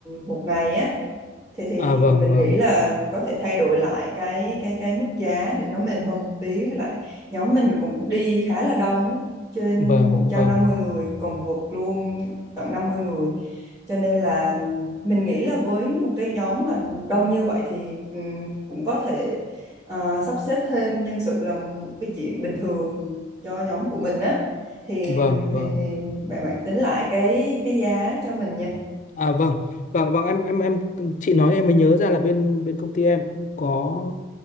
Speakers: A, on the right (about 20°); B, on the left (about 40°).
A: một ngày á thì thì
B: À vâng
A: mình
B: vâng.
A: nghĩ là có thể thay đổi lại cái cái cái mức giá để nó mềm hơn một tí với lại nhóm mình cũng đi khá là đông ấy trên
B: Vâng
A: một trăm
B: vâng.
A: năm mươi người còn vượt luôn tận 50 người cho nên là mình nghĩ là với một cái nhóm mà đông như vậy thì ừm, cũng có thể ờ, sắp xếp thêm nhân sự là một cái chuyện bình thường cho nhóm của mình á thì
B: Vâng vâng.
A: thì thì bạn bạn tính lại cái cái giá cho mình nha
B: À vâng. Vâng vâng em em em chị nói em mới nhớ ra là bên bên công ty em cũng có